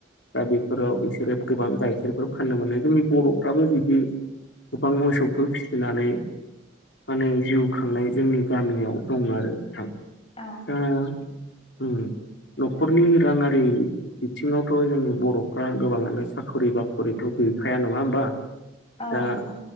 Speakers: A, on the left; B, on the left.
A: दा बेफोराव बिसोरो गोबां गाइखेरफोर फाननो मोनो जोंनि बर'फ्राबो बिदि गोफां मोसौफोरि फिसिनानै माने जिउ खांनाय जोंनि गामियाव दं आरो नोंथां
B: औ
A: ओ उम न'खरनि राङारि बिथिङावथ' जोंनि बर'फ्रा गोबाङानो साखरि बाखरिथ' गैखाया नङा होमबा
B: औ
A: दा
B: नंगौ